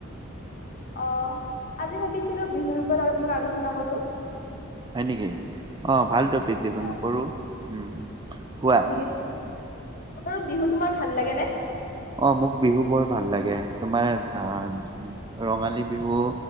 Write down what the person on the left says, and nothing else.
অ আজি ভাবিছিলো বিহুৰ। ৰত অলপমান আলোচনা কৰো।
হয়
ঠিক আছে বাৰু বিহু তোমাৰ ভাল লাগে নে।